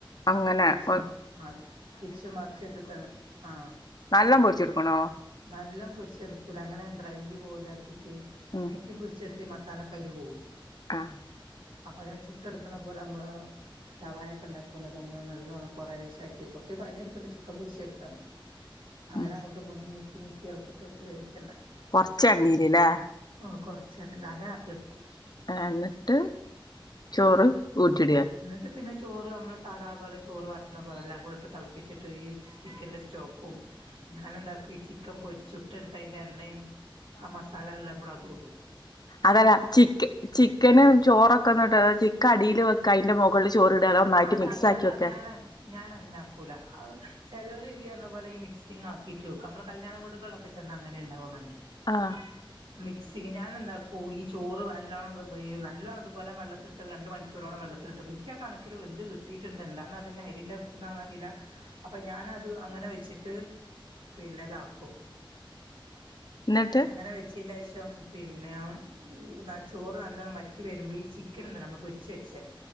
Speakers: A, on the left (about 50°); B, on the right (about 85°).
A: അങ്ങനെ
B: തിരിച്ചും
A: ഒ
B: ആഹ് തിരിച്ചും മറിച്ചു ഇട്ടിട്ടങ്ങനെ ആഹ്
A: നല്ലോം പൊരിച്ചെടുക്കണോ?
B: നല്ലോം പൊരിച്ചെടുക്കൂലാ അങ്ങനെ ഡ്രൈ പോലെ ആക്കീട്ട്
A: ഉം
B: മുക്കിപ്പൊരിച്ചെടുത്തി മസാലക്കെ അയില് പോവൂല്ലേ
A: ആഹ്
B: അപ്പൊ അല്ലെ ചുട്ടെടുക്കണ പോലെ അമ്മള് ഷവായൊക്കെ ഇണ്ടാക്കണ മാതിരി അങ്ങനെ നല്ലോണം കൊറേശെ ആയിട്ട് കൊറച്ച് പണിയെടുക്കാണ്ട് ചിക്കൻ പൊരിച്ചെടുക്കാന് അങ്ങനെ
A: ഉം
B: അങ്ങോട്ടും ഇങ്ങോട്ടും നീക്കി നീക്കി എളക്കിയിട്ട് കെടുത്ത് വേവിക്കണ്ടേ
A: കൊറച്ച് എണ്ണേല്ല്ലേ
B: ആഹ് കൊറച്ച് എണ്ണേല് അങ്ങനെ ആക്കി എടുക്കും
A: ആഹ് എന്നിട്ട് ചോറ് ഊറ്റിടെ
B: എന്നിട്ട് പിന്നെ ചോറ് നമ്മള് സാധാപോലെ ചോറ് വാട്ടണ പോലെല്ലാം കൂടി ഇട്ട് തെളപ്പിച്ചിട്ട് ഈ ചിക്കന്റെ സ്റ്റോക്കും ഞാനെന്താക്കും ഈ ചിക്കൻ പൊരിച്ച് ചുട്ടെടുത്ത അതിന്റെ എണ്ണയും ആഹ് മസാലകളെല്ലാം കൂടെ അതൂടും
A: അതെല്ലാ ചിക്ക് ചിക്ക് ചിക്കന് ചോറൊക്കെ എന്ന്ട്ട് ചിക്ക അടീല് വെക്കാ അയിന്റെ മൊകളില് ചോറ് ഇടാ അതോ ഒന്നായിട്ട്
B: അതങ്ങനല്ല
A: മിക്സാക്കി വെക്കെ
B: അത് ഞാന ഞാൻ അങ്ങനെ ആക്കൂലാ ആഹ് ചെലര് ഇയ്യ് പറഞ്ഞ പോലെ ഈ മിക്സിങ് ആക്കിറ്റ് വെക്കും നമ്മള് കല്യാണം വിടൂകളിലൊക്കെ <unintelligible> അങ്ങനെ ഇണ്ടാവാ മന്തി
A: ആഹ്
B: <inaudible> മിക്സിങ്ങ് ഞാൻ എന്താക്കും ഈ ചോറ് നല്ലോണം വെ നല്ലോണം ഇതുപോലെ വെള്ളത്തിലിട്ട് രണ്ട് മണി ക്കൂറോളം വെള്ളത്തിലിട്ടും എനിക്കാ കണക്കില് വെന്ത് കിട്ടീട്ടുണ്ട് എന്താന്ന് അറീല്ലാ ഇനി അരീൻ്റെ ഇതാന്നോന്ന് അറീല്ലാ അപ്പൊ ഞാനത് അങ്ങനെ വെച്ചിട്ട് പിന്നെ ഇതാക്കും
A: ഇന്നിട്ട്?
B: അങ്ങനെ വെച്ചിൻ്റെഷം പിന്നെ ചോറ് നല്ലണം വറ്റി വരുമ്പോ ഈ ചി ക്കനുണ്ടല്ലോ നമ്മള് പൊരിച്ചു വെച്ചയാ